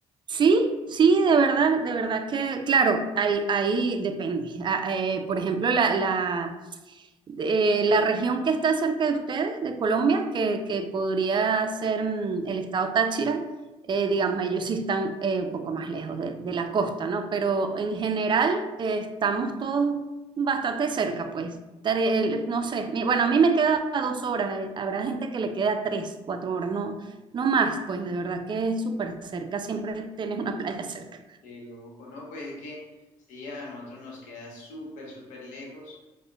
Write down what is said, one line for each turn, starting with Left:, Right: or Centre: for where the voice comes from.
Right: Sí, sí, de verdad, de verdad que, claro, ahí, ahí depende. Ah, eh, por ejemplo, la, la, eh, la región que está cerca de ustedes, de Colombia, que, que podría ser mm, el estado Táchira, eh, digamos, ellos sí están eh, un poco más lejos de, de la costa, ¿no? Pero en general eh, estamos todos bastante cerca, pues. Tre- el- No sé, mi- bueno, a mí me queda dos horas, eh, habrá gente que le queda tres, cuatro horas, ¿no? No más, pues de verdad que es súper cerca, siempre tienes una playa cerca.
Left: Qué loco, no, pues es que sí, a nosotros nos queda súper, súper lejos.